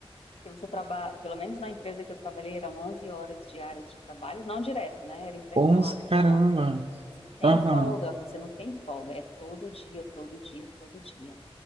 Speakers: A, on the left; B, on the right.
A: Porque você trabalha, pelo menos na empresa que eu trabalhei, eram 11 horas diárias de trabalho, não direto, né? Era intercalado
B: Onze,
A: os
B: caramba.
A: horários. Tem
B: Aham,
A: folga, você não tem folga, é todo dia, todo dia, todo dia.